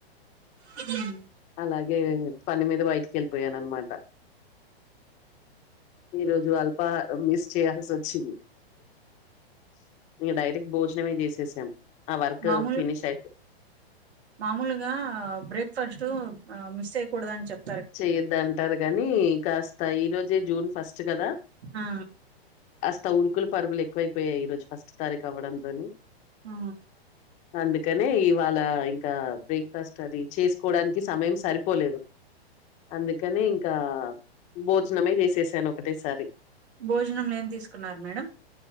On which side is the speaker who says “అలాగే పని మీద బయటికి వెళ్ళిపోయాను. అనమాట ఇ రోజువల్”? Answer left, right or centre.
Left